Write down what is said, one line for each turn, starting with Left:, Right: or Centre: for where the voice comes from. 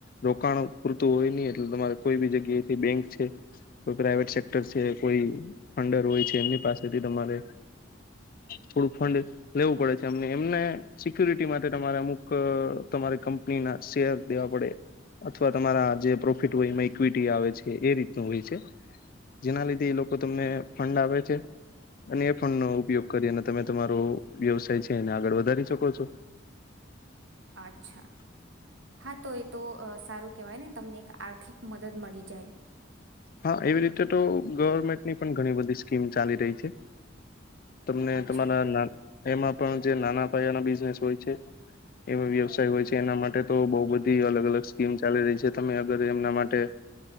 Left: રોકાણો પૂરતું હોય ની એટલે તમારે કોઈ બી જગ્યાથી બેંક છે. કોઈ પ્રાઈવેટ સેક્ટર છે, કોઈ ફંડર હોય છે, એમની પાસેથી તમારે થોડું ફંડ લેવું પડે છે, અમને એમને સિકુરિટી માટે તમારે અમુક તમારે કંપનીના શેર દેવા પડે અથવા તમારા જે પ્રોફિટ હોય એમાં ઇક્વિટી આવે છે એ રીતનું હોય છે. જેના લીધે એ લોકો તમને ફંડ આપે છે. અને એ ફંડનો ઉપયોગ કરીને તમે તમારો વ્યવસાય છે, એને આગળ વધારી શકો છો
Right: અચ્છા હા તો એ તો સારું કેહેવાય ને તમને એક આર્થિક મદદ મળી જાય
Left: હા એવી રીતે તો ગવર્મેન્ટની પણ ઘણી બધી સ્કીમ ચાલી રહી છે. તમને
Right: અચ્છા
Left: તમારા એમાં પણ જે નાના પાયાના બિઝનેસ હોય છે. એવા વ્યવસાય હોય છે, એના માટે તો બોવ બધી અલગ અલગ સ્કીમ ચાલી રહી છે, તમે અગર એમના માટે